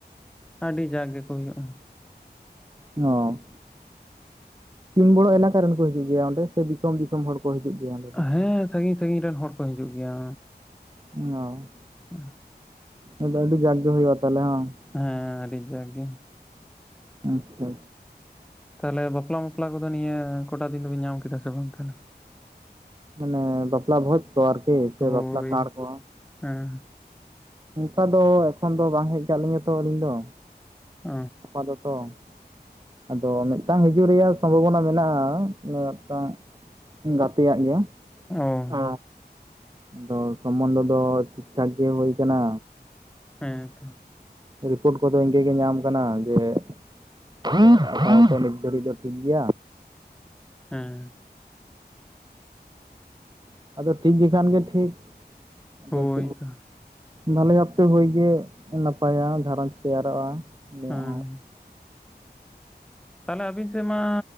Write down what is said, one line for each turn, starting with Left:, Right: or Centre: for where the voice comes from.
Centre: ᱟᱹᱰᱤ ᱡᱟᱠ ᱜᱮᱠᱚ ᱦᱩᱭᱩᱜᱼᱟ
Right: ᱚ ᱛᱤᱱ ᱵᱚᱲᱚ ᱮᱞᱟᱠᱟ ᱨᱮᱱ ᱠᱚ ᱦᱤᱡᱩᱜ ᱜᱮᱭᱟ ᱚᱸᱰᱮ ᱥᱮ ᱫᱤᱥᱚᱢ ᱫᱤᱥᱚᱢ ᱦᱚᱲ ᱠᱚ ᱠᱚ ᱦᱤᱡᱩᱜ ᱜᱮᱭᱟ ᱫᱚ?
Centre: ᱦᱮᱸ ᱥᱟᱺᱜᱤᱧ ᱥᱟᱺᱜᱤᱧ ᱨᱮᱱ ᱦᱚᱲ ᱠᱚ ᱦᱤᱡᱩᱜ ᱜᱮᱭᱟ
Right: ᱚ
Centre: <unintelligible>
Right: ᱛᱟᱦᱚᱞᱮ ᱟᱰᱤ ᱡᱟᱠ ᱜᱮ ᱦᱩᱭᱩᱜᱼᱟ ᱛᱟᱦᱚᱞᱮ <unintelligible>
Centre: ᱦᱮᱸ ᱟᱹᱰᱤ ᱡᱟᱠ ᱜᱮ
Right: ᱟᱪᱪᱷᱟ
Centre: ᱛᱟᱦᱞᱮ ᱵᱟᱯᱞᱟ ᱢᱟᱯᱞᱟ ᱠᱚᱫᱚ ᱱᱤᱭᱟᱹ ᱠᱚᱴᱟ ᱫᱤᱱ ᱫᱚᱵᱤᱱ ᱧᱟᱢ ᱠᱮᱫᱟ ᱥᱮ ᱵᱟᱝ ᱛᱟᱦᱞᱮ
Right: ᱢᱟᱱᱮ ᱵᱟᱯᱞᱟ ᱵᱷᱚᱡᱽ ᱠᱚ ᱟᱨᱠᱤ ᱥᱮ
Centre: ᱦᱳᱭ
Right: ᱵᱟᱯᱞᱟ ᱠᱟᱬ ᱠᱚ
Centre: ᱦᱮᱸ
Right: ᱚᱱᱠᱟ ᱫᱚ ᱮᱠᱷᱚᱱ ᱫᱚ ᱵᱟᱝ ᱦᱮᱡ ᱠᱟᱜ ᱞᱤᱧᱟᱹ ᱛᱚ ᱟᱹᱞᱤᱧ ᱫᱚ
Centre: ᱚ
Right: ᱟᱫᱚ ᱛᱚ ᱟᱫᱚ ᱢᱤᱫᱴᱟᱝ ᱦᱤᱡᱩᱜ ᱨᱮᱭᱟᱜ ᱥᱚᱢᱵᱷᱚᱵᱚᱱᱟ ᱢᱮᱱᱟᱜᱼᱟ ᱢᱤᱫᱴᱟᱝ ᱜᱟᱛᱮᱭᱟᱜ ᱜᱮᱭᱟ
Centre: ᱮᱸ
Right: ᱟ ᱫᱚ ᱥᱚᱢᱢᱚᱱᱫᱷᱚ ᱫᱚ ᱴᱷᱤᱠ ᱴᱷᱟᱠ ᱜᱮ ᱦᱩᱭ ᱠᱟᱱᱟ
Centre: ᱦᱮᱸ ᱛᱚ
Right: ᱨᱤᱯᱳᱨᱴ ᱠᱚᱫᱚ ᱤᱱᱠᱟᱹ ᱜᱮ ᱧᱟᱢ ᱠᱟᱱᱟ ᱡᱮ <unintelligible> ᱫᱷᱟᱨᱤ ᱫᱚ ᱴᱷᱤᱠ ᱜᱮᱭᱟ
Centre: ᱦᱮᱸ
Right: ᱟᱫᱚ ᱴᱷᱤᱠ ᱜᱮ ᱠᱷᱟᱱ ᱜᱮ ᱴᱷᱤᱠ ᱟᱫᱚ
Centre: ᱦᱳᱭ
Right: ᱪ
Centre: ᱛᱚ
Right: ᱵᱷᱟᱞᱮ ᱚᱯᱛᱮ ᱦᱩᱭ ᱜᱮ ᱱᱟᱯᱟᱭᱟ ᱜᱷᱟᱨᱚᱧᱡᱽ ᱛᱮᱭᱟᱨᱚᱜᱼᱟ ᱩᱱᱤᱭᱟᱜ
Centre: ᱮᱸ
Right: ᱦᱚᱸ
Centre: ᱛᱟᱦᱞᱮ ᱟᱵᱤᱱ ᱥᱮᱫ ᱢᱟ